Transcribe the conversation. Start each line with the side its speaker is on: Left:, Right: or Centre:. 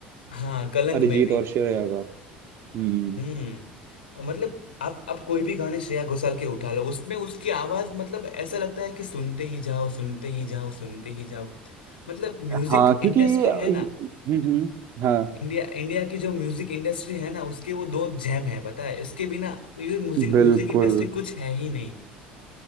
Left: हाँ कलंक
Right: अरिजीत
Left: में भी
Right: और श्रेया का हम्म
Left: हम्म और मतलब आप आप कोई भी गाने श्रेया घोषाल के उठा लो उसमें उसकी आवाज मतलब ऐसा लगता है कि सुनते ही जाओ सुनते ही जाओ सुनते ही जाओ मतलब म्यूजिक
Right: हाँ क्योंकि
Left: इंडस्ट्री
Right: हम्म
Left: है ना
Right: हम्म हाँ
Left: इंडिया इंडिया की जो म्यूजिक इंडस्ट्री है ना उसके वो दो जैम है पता है इसके बिना ये म्यूजिक म्यूजिक
Right: बिल्कुल
Left: इंडस्ट्री कुछ है ही नहीं